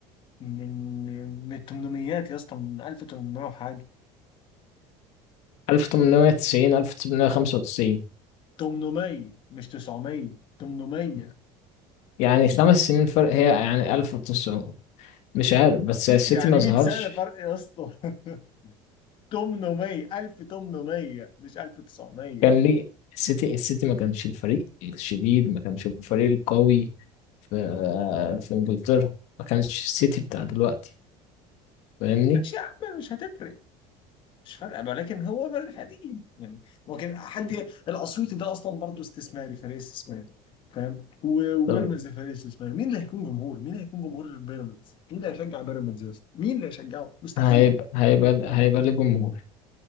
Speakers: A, on the left; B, on the left.
A: من من الثمانينيات يا اسطى من 1800 وحاجه
B: 1890 1895
A: 800 مش 900 800
B: يعني خمس سنين فرق هي يعني 1900 مش عارف بس
A: <laughs>
B: السيتي
A: يعني
B: ما ظهرش
A: 100 سنة فرق يا اسطى <laughs> 800 1800 مش 1900
B: كان ليه السيتي السيتي ما كانش الفريق الشديد ما كانش الفريق القوي في في انجلترا ما كانش السيتي بتاع دلوقتي فاهمني
A: ماشي يا عم مش هتفرق مش فارقة بقى، لكن هو فرق قديم يعني هو كان حد الأسيوطي ده أصلا برضه استثماري فريق استثماري فاهم و- وبيراميدز
B: طب
A: فريق استثماري مين اللي هيكون جمهور مين اللي هيكون جمهور بيراميدز مين اللي هيشجع بيراميدز يا اسطى مين اللي هيشجعه مستحيل
B: هيبقى هيبقى هيبقى ليه جمهور